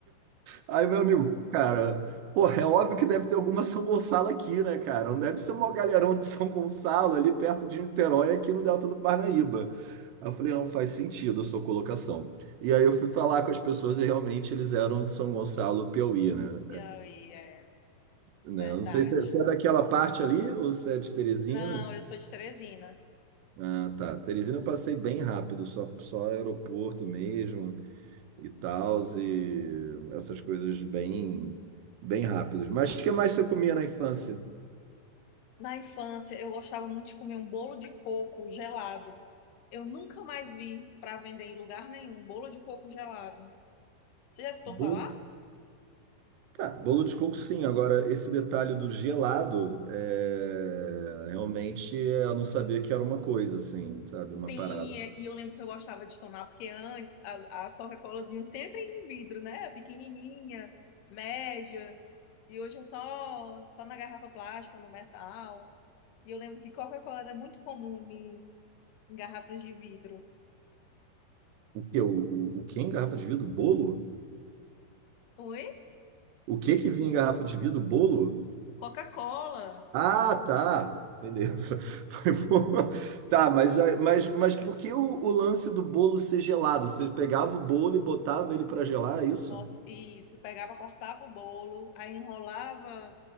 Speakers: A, on the right; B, on the left.
A: Aí, meu amigo, pô, cara, pô é óbvio que deve ter alguma São Gonçalo aqui, né, cara? Não deve ser o maior galerão de São Gonçalo ali perto de Niterói, aqui no Delta do Parnaíba. Aí eu falei, não, faz sentido a sua colocação. E aí eu fui falar com as pessoas e realmente eles eram de São Gonçalo, Piauí, né?
B: O Piauí, é
A: É, né?
B: verdade.
A: Eu Não sei se é, se é daquela parte ali ou se é de Teresina.
B: Não, eu sou de Teresina.
A: Ah, tá. Teresina eu passei bem rápido, só, só aeroporto mesmo. e tal, e essas coisas bem, bem rápidas. Mas o que mais você comia na infância?
B: Na infância, eu gostava muito de comer um bolo de coco gelado. Eu nunca mais vi para vender em lugar nenhum bolo de coco gelado. Você já escutou
A: Bolo,
B: falar?
A: cara, bolo de coco, sim. Agora, esse detalhe do gelado, é, realmente é, eu não sabia que era uma coisa, assim, sabe?
B: Sim,
A: Uma parada.
B: e e eu lembro que eu gostava de tomar, porque antes a- as Coca-Colas vinham sempre em vidro, né? Pequenininha, média, e hoje é só, só na garrafa plástica, no metal. E eu lembro que Coca-Cola era muito comum vir em garrafas de vidro.
A: O que? O, o, o que é em garrafa de vidro? Bolo?
B: Oi?
A: O que que vinha em garrafa de vidro? Bolo?
B: Coca-Cola.
A: Ah, tá. Beleza. <laughs> Foi boa. Tá, mas, aí- mas, mas por que o, o lance do bolo ser gelado? Você pegava o bolo e botava ele pra gelar, é isso?
B: Bota- Isso, pegava, cortava o bolo, aí enrolava